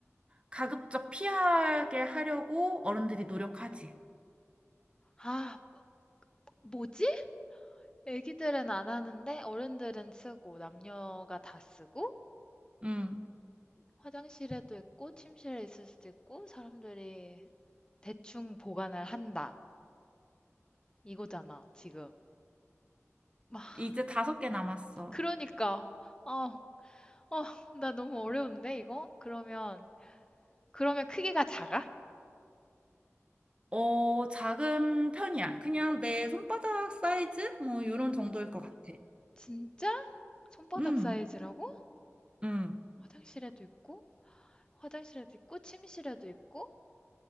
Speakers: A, on the right (about 20°); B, on the left (about 15°).
A: 가급적 피하게 하려고 어른들이 노력하지.
B: 아, 뭐지? 애기들은 안 하는데 어른들은 쓰고 남녀가 다 쓰고
A: 음,
B: 화장실에도 있고 침실에 있을 수도 있고 사람들이 대충 보관을 한다. 이거잖아, 지금. 막
A: 이제 다섯 개 남았어.
B: 그러니까 어, 어, 나 너무 어려운데 이거? 그러면 그러면 크기가 작아?
A: 어, 작은 편이야. 그냥 내 손바닥 사이즈? 뭐, 이런 정도일 것 같아.
B: 진짜? 손바닥
A: 음,
B: 사이즈라고?
A: 음.
B: 화장실에도 있고 화장실에도 있고 침실에도 있고